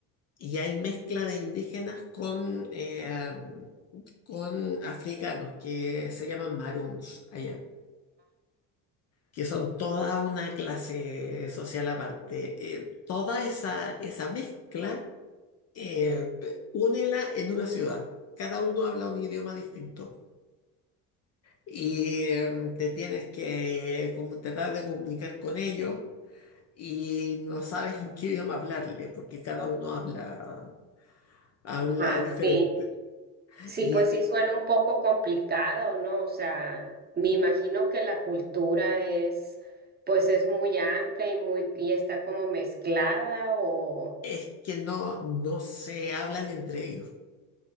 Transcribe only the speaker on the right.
ajá,
sí, sí,
pues sí suena un poco complicado, ¿no? O sea, me imagino que la cultura es, pues es muy amplia y muy, y está como mezclada o,